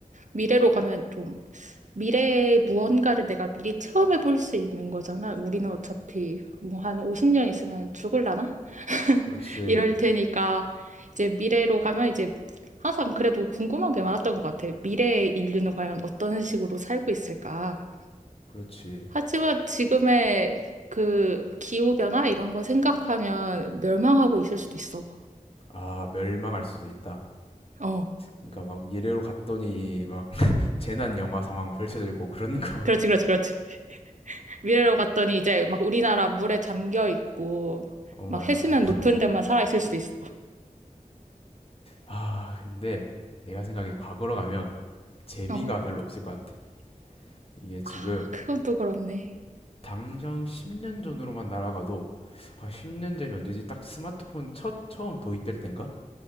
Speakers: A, on the right; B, on the left.
A: 미래로 가면 좀 미래의 무언가를 내가 미리 체험해 볼 수 있는 거잖아. 우리는 어차피 뭐 한 50년 있으면 죽을라나?
B: 그렇지,
A: <laughs> 이럴 테니까 이제 미래로 가면 이제 항상 그래도 궁금한 게 많았던 것 같아. 미래의 인류는 과연 어떤 식으로 살고 있을까?
B: 그렇지.
A: 하지만 지금의 그 기후변화 이런 걸 생각하면 멸망하고 있을 수도 있어.
B: 아, 멸망할 수도 있다.
A: 어.
B: 그러니까 막 미래로 갔더니 막 <laughs> 재난 영화 상황 펼쳐져 있고 그런 거.
A: 그렇지, 그렇지, 그렇지. 미래로 갔더니 이제 막 우리나라 물에 잠겨 있고
B: <laughs> 엄마야.
A: 막 해수면 높은 데만 살아 있을 수도 있어.
B: 아, 근데 내가 생각에 과거로 가면 재미가
A: 어.
B: 별로 없을 것 같아. 이게 지금
A: 아, 그건 또 그렇네.
B: 당장 10년 전으로만 날아가도 아, 10년 전이 언제지? 딱 스마트폰 첫 처음 도입될 땐가?